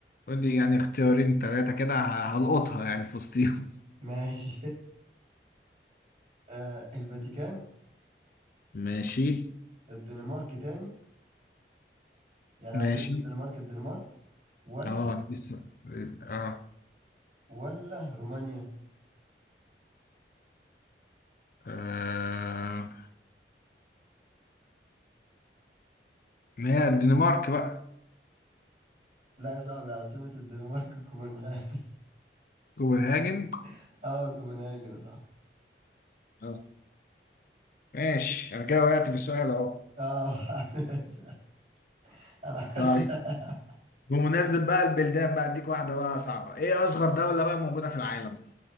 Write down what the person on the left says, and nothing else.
قول لي يعني اختيارين ثلاثة كده ه- هلقطها يعني في وسطيهم
<laughs> ماشي
ماشي
اه لسه اه
آه، ما هي الدنمارك بقى
كوبنهاجن
اه ماشي انا كده وقعت في السؤال اهو
طيب بمناسبة بقى البلدان بقى اديك واحدة بقى صعبة ايه اصغر دولة بقى موجودة في العالم؟